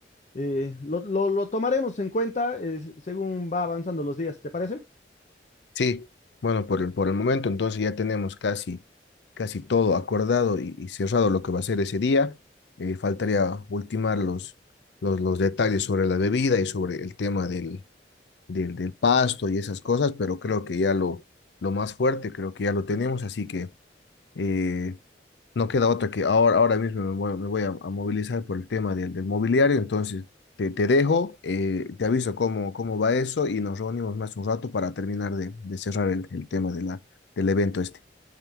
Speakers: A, on the left; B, on the left.
A: Eh, lo, lo- lo tomaremos en cuenta eh, según va avanzando los días, ¿te parece?
B: Sí, bueno, por el, por el momento entonces ya tenemos casi, casi todo acordado y, y cerrado lo que va a ser ese día. Eh, faltaría ultimar los, los, los detalles sobre la bebida y sobre el tema del, del, del pasto y esas cosas, pero creo que ya lo, lo más fuerte, creo que ya lo tenemos, así que... Eh, No queda otra que ahora, ahora mismo me voy, me voy a, a movilizar por el tema del, del mobiliario, entonces te, te dejo, eh, te aviso cómo, cómo va eso y nos reunimos más un rato para terminar de, de cerrar el, el tema de la, del evento este.